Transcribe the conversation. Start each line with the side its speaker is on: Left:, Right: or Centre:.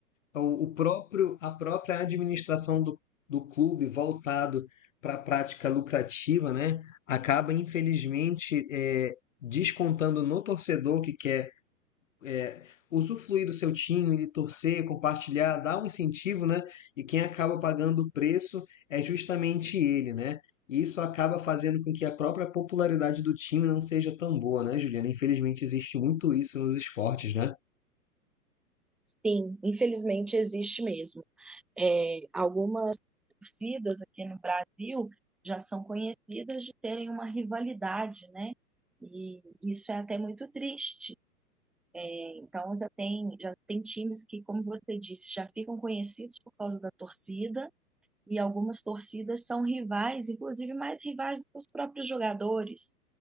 Left: o o próprio, a própria administração do, do clube voltado para a prática lucrativa, né, acaba infelizmente eh, descontando no torcedor que quer eh, usufruir do seu time, ele torcer, compartilhar, dar um incentivo, né, e quem acaba pagando o preço é justamente ele, né. E Isso acaba fazendo com que a própria popularidade do time não seja tão boa, né, Juliana? Infelizmente existe muito isso nos esportes, né?
Centre: Sim, infelizmente existe mesmo. É, algumas torcidas aqui no Brasil já são conhecidas de terem uma rivalidade, né? E isso é até muito triste. Então já tem, já tem times que, como você disse, já ficam conhecidos por causa da torcida, e algumas torcidas são rivais, inclusive mais rivais do que os próprios jogadores.